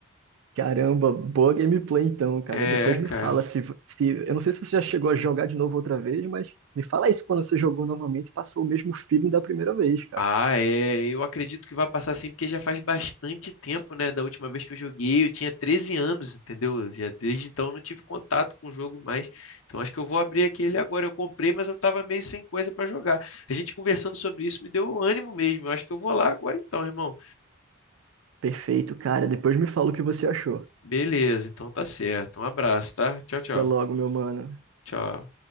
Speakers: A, on the right; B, on the left.
A: Caramba, boa gameplay então, cara.
B: É,
A: Depois me
B: cara.
A: fala se, se. Eu não sei se você já chegou a jogar de novo outra vez, mas me fala isso quando você jogou novamente e passou o mesmo feeling da primeira vez, cara.
B: Ah, é. Eu acredito que vai passar assim, porque já faz bastante tempo, né? Da última vez que eu joguei, eu tinha 13 anos, entendeu? Já desde então eu não tive contato com o jogo mais. Então acho que eu vou abrir aquele agora. Eu comprei, mas eu tava meio sem coisa pra jogar. A gente conversando sobre isso me deu ânimo mesmo. Eu acho que eu vou lá agora então, irmão.
A: Perfeito, cara. Depois me fala o que você achou.
B: Beleza, então tá certo. Um abraço, tá? Tchau, tchau.
A: Até logo, meu mano.
B: Tchau.